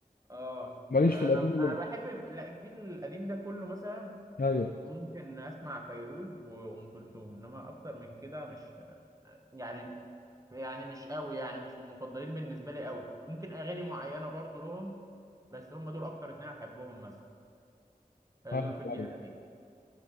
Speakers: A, on the right; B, on the left.
A: اه
B: ماليش
A: انا
B: في القديم اللي
A: انا بحب لا، الجيل القديم ده كله مثلا
B: ايوه
A: ممكن اسمع فيروز وام كلثوم انما اكتر من كده مش يعني يعني مش قوي يعني مش من المفضلين بالنسبه لي قوي ممكن اغاني معينه برضو لهم بس هم دول اكتر اتنين احبهم مثلا آه،
B: ايوه
A: دول في الجيل
B: أيوة.
A: القديم